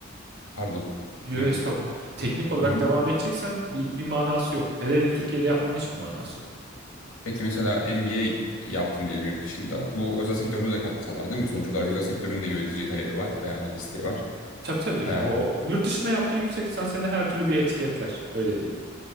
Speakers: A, on the left (about 85°); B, on the right (about 50°).
A: pardon.
B: yo,
A: Buyur.
B: estağfurullah. teknik olarak
A: Hı hı.
B: devam edeceksen bir, bir manası yok. Hele hele Türkiye'de yapmanın hiçbir manası yok.
A: Peki mesela MBA yaptın diyelim yurt dışında. Bu özel sektörde de katkı sağlar değil mi? Sonuç olarak özel sektörün de yönetici talebi var veyahut isteği var.
B: Tabii tabii.
A: Ee,
B: Yani o, o- yurt dışında yaptığın yüksek lisans seni her türlü bir etiketler. Öyle diyeyim.